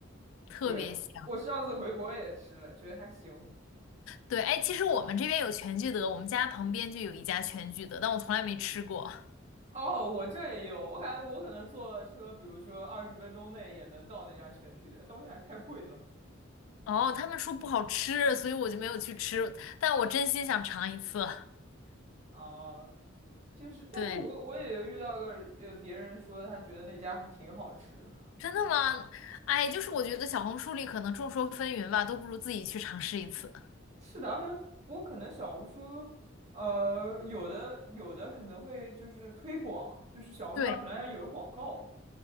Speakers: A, on the left (about 80°); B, on the right (about 35°).
A: 特别香。
B: 对，我上次回国也吃了，觉得还行。
A: 对，哎，其实我们这边有全聚德，我们家旁边就有一家全聚德，但我从来没吃过。
B: 哦，我这也有，我感觉我可能坐车，比如说二十分钟内也能到那家全聚德，但我想太贵了
A: 哦，他们说不好吃，所以我就没有去吃，但我真心想尝一次。
B: 啊。就是，但是我我也有遇到个呃，
A: 对，
B: 别人说他觉得那家还挺好吃的。
A: 真的吗？哎，就是我觉得小红书里可能众说纷纭吧，都不如自己去尝试一次。
B: 是的，而且不过可能小红书，呃，有的有的可能会就是推广，就是小红书上可能还有广告
A: 对，